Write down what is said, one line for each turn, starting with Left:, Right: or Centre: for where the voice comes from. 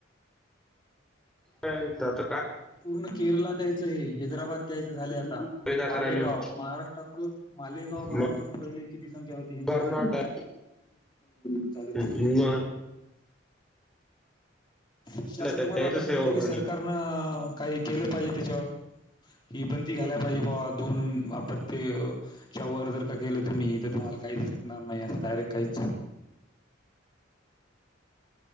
Centre: ह त्यात
Left: पूर्ण केरला त्यांचय हे हैदराबाद तेच झाले आता
Centre: पैदा
Left: मालेगाव
Centre: करायला होते.
Left: महाराष्ट्रातलं मालेगाव बघा
Centre: मग
Left: तुम्ही पहिले किती संख्या होती हिंदू.
Centre: कर्नाटक
Left: <unintelligible>
Centre: मग
Left: की असं
Centre: त्याच
Left: तुम्हाला वाटत नाही
Centre: आहे ऑलरेडी
Left: का कि सरकारनं काही केलं पाहिजे तेच्यावर? हि पण ती घायला पाहिजे भावा दोन आपत्यच्या वर जर का केलं तुम्ही तर तु मला काहीच भेटणार नाही असं डायरेक्ट काहीच